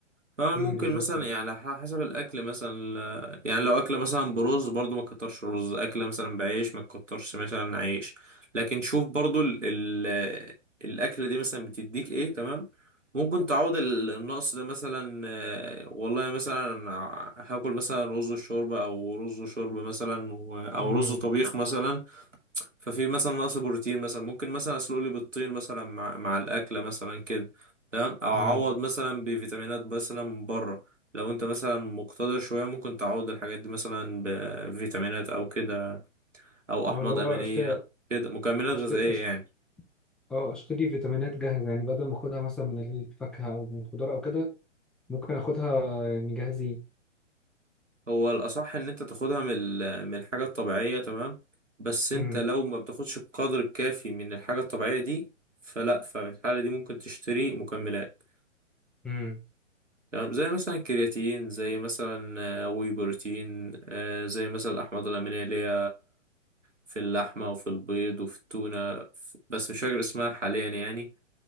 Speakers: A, on the right; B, in the centre.
A: فممكن
B: امم بالظبط
A: مثلا يعني ح- حسب الاكل مثلا ال- يعني لو اكله مثلا برز برضو ما تكترش رز اكله مثلا بعيش ما تكترش مثلا عيش لكن شوف برضو ال ال الاكله دي مثلا بتديك ايه تمام ممكن تعوض ال- النقص ده مثلا آه، والله مثلا ع- هاكل مثلا رز وشوربه او رز وشوربه مثلا و- او
B: امم
A: رز وطبيخ مثلا ففي مثلا نقص بروتين مثلا ممكن مثلا اسلق لي بيضتين مثلا مع مع الاكله مثلا كده تمام او اعوض
B: امم
A: مثلا بفيتامينات مثلا من بره لو انت مثلا مقتدر شويه ممكن تعوض الحاجات دي مثلا بفيتامينات او كده او احماض
B: اه اللي هو
A: امينيه
B: اشتري
A: كده مكملات
B: اشتري
A: غذائيه يعني
B: اه اشتري فيتامينات جاهزة يعني بدل ما اخدها مثلا من الفاكهة او من الخضار او كده ممكن اخدها يعني جاهزين
A: هو الاصح ان انت تاخدها من ال- من الحاجه الطبيعيه تمام بس انت
B: امم
A: لو ما بتاخدش القدر الكافي من الحاجه الطبيعيه دي فلا ففي الحاله دي ممكن تشتري مكملات
B: امم
A: تمام زي مثلا الكرياتين زي مثلا آه، واي بروتين آه، زي مثلا الأحماض الأمينية اللي هي في اللحمة وفي البيض وفي التونة ف- بس مش فاكر اسمها حاليا يعني